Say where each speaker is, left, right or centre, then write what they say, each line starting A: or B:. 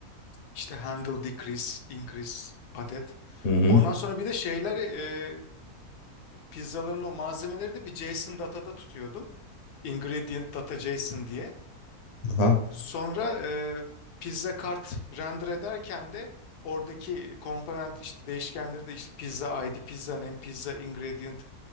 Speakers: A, on the left; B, on the left.
A: işte handle decrease, increase adet.
B: Hı hı.
A: Ondan sonra bir de şeyler e, Pizzaların o malzemeleri de bir JSON datada tutuyordum. Ingredient data JSON diye.
B: Aha.
A: Sonra e, pizza kart render ederken de oradaki komponent işte değişkenleri de işte pizza ID, pizza name, pizza ingredient,